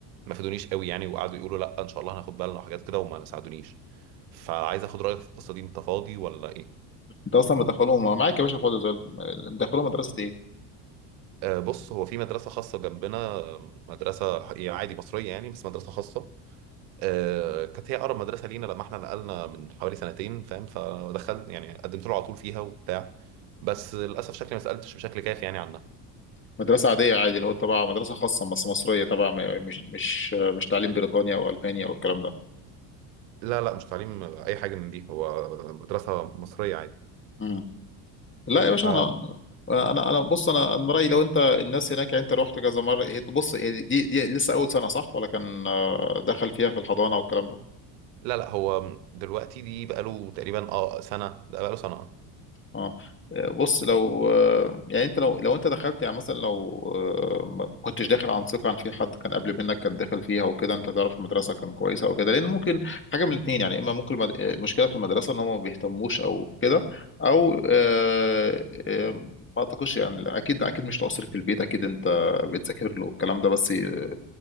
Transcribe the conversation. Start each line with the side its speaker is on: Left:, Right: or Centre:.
Right: ما فادونيش قوي يعني وقعدوا يقولوا لا ان شاء الله هناخد بالنا وحاجات كده وما ساعدونيش فعايز اخد رايك في القصه دي انت فاضي ولا ايه
Left: انت اصلا مدخلهم معاك يا باشا فاضي زي الفل. مدخلهم مدرسه ايه
Right: آه، بص هو في مدرسة خاصة جنبنا آه، مدرسة ح- يعني عادي مصرية يعني بس مدرسة خاصة آه، كانت هي أقرب مدرسة لينا لما احنا نقلنا من حوالي سنتين فاهم فدخلت يعني قدمت له على طول فيها وبتاع بس للأسف شكلي ما سألتش بشكل كافي يعني عنها
Left: مدرسه عاديه عادي اللي هو تبع مدرسه خاصه بس مصريه طبعا م- مش مش مش تعليم بريطانيا او المانيا او الكلام ده
Right: لا لا مش تعليم آه، أي حاجة من دي هو مدرسة مصرية عادي
Left: مم. لا يا
Right: فلا
Left: باشا انا انا انا بص انا انا رايي لو انت الناس هناك يعني انت رحت كذا مره هي- بص هي دي دي لسه اول سنه صح ولا كان آه، دخل فيها في الحضانه والكلام ده
Right: لا لا، هو دلوقتي دي بقاله تقريبا اه سنة ده بقاله سنة
Left: اه آه، بص لو آه، يعني انت لو لو انت دخلت يعني مثلا لو آه، ما كنتش داخل عن ثقه عن في حد كان قبل منك كان داخل فيها وكده انت تعرف المدرسه كان كويسه او كده لان ممكن حاجه من الاثنين يعني اما ممكن المد- المشكله في المدرسه ان هم ما بيهتموش او كده او آه، آه، ما اعتقدش يعني اكيد اكيد مش تقصير في البيت اكيد انت بتذاكر له الكلام ده بس آه،